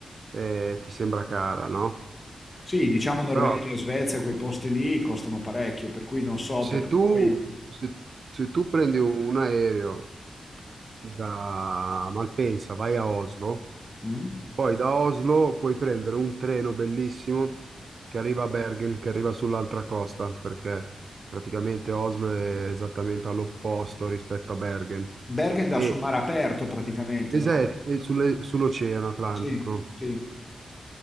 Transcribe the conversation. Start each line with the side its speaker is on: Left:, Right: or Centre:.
Right: eh, ti sembra cara, no?
Left: Sì, diciamo Norvegia,
Right: Però
Left: Svezia, quei posti lì costano parecchio, per cui non so
Right: Se
Left: perché
Right: tu,
Left: poi...
Right: se- se tu prendi un, un aereo da Malpensa, vai a Oslo,
Left: Mm?
Right: poi da Oslo puoi prendere un treno bellissimo che arriva a Bergen, che arriva sull'altra costa, perché praticamente Oslo è esattamente all'opposto rispetto a Bergen.
Left: Bergen dà
Right: E,
Left: sul mare aperto praticamente,
Right: es-
Left: no?
Right: è- è sulle- sull'Oceano Atlantico.
Left: Sì, sì.